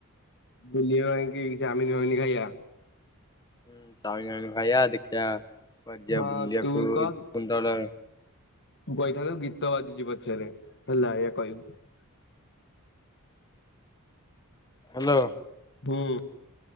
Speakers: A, on the left; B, on the left.
A: ବୁଲିବା ଯାଇଁକି ଚାଓମିନ ଫାଓମିନି ଖାଇବା
B: ହୁଁ ଚାଓମିନ ଫାଓମିନ୍ ଖାଇବା, ଦେଖିବା କୁଆଡେ
A: ହଁ
B: ଯିବା ବୁଲିବାକୁ
A: ତୁ କହ
B: କୁନ୍ଦଳ
A: ତୁ କହିଥାନ୍ତୁ ଗୀତ ବାଜୁଛି ପଛରେ ହେଲା ଏୟା କହିବୁ।
B: ହଁ ହାଲୋ।
A: ହୁଁ।